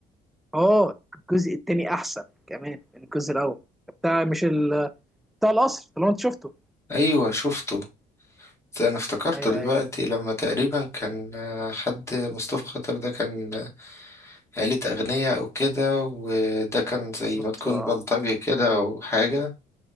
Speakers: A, in the centre; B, on the left.
A: اه الجزء التاني أحسن كمان من الجزء الأول بتاع مش ال... بتاع القصر اللي هو أنت شفته
B: ايوه شفته انا افتكرت
A: أيوه
B: دلوقتي
A: أيوه
B: لما تقريبا كان آه، حد مصطفى خاطر ده كان آه، عيلة أغنياء أو كده وده كان زي
A: بالظبط
B: ما تكون
A: آه.
B: بلطجي كده أو حاجة